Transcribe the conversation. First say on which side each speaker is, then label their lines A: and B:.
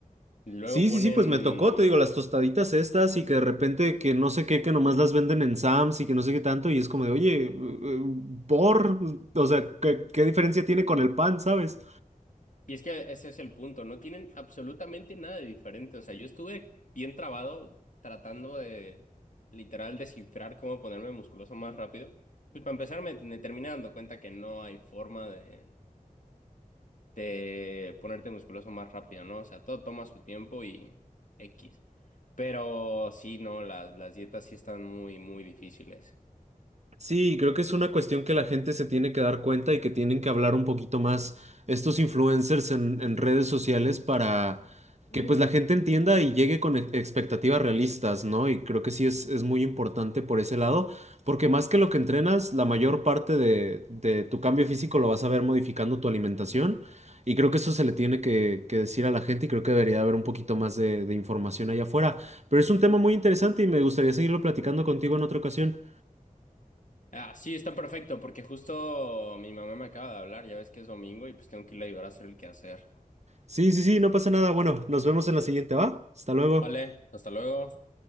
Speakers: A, on the left; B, on the right.
A: Luego
B: Sí,
A: ponen...
B: sí, sí, pues me tocó, te digo, las tostaditas estas y que de repente que no sé qué, que nomás las venden en Sam's y que no sé qué tanto y es como de, oye, eh, eh, por, o sea, ¿qué, qué diferencia tiene con el pan, sabes?
A: Y es que ese es el punto, no tienen absolutamente nada de diferente. O sea, yo estuve bien trabado tratando de literal descifrar cómo ponerme musculoso más rápido. Pues para empezar me, me terminé dando cuenta que no hay forma de, de ponerte musculoso más rápido, ¿no? O sea, todo toma su tiempo y X. Pero sí, no, las, las dietas sí están muy, muy difíciles.
B: Sí, creo que es una cuestión que la gente se tiene que dar cuenta y que tienen que hablar un poquito más estos influencers en, en redes sociales para
A: Mm.
B: que pues la gente entienda y llegue con e- expectativas realistas, ¿no? Y creo que sí es, es muy importante por ese lado, porque más que lo que entrenas, la mayor parte de, de tu cambio físico lo vas a ver modificando tu alimentación y creo que eso se le tiene que, que decir a la gente y creo que debería haber un poquito más de de información allá afuera. Pero es un tema muy interesante y me gustaría seguirlo platicando contigo en otra ocasión.
A: Ah, sí, está perfecto, porque justo mi mamá me acaba de hablar, ya ves que es domingo y pues tengo que ir a ayudar a hacer el quehacer.
B: Sí, sí, sí, no pasa nada. Bueno, nos vemos en la siguiente, ¿va? Hasta luego.
A: Vale, hasta luego.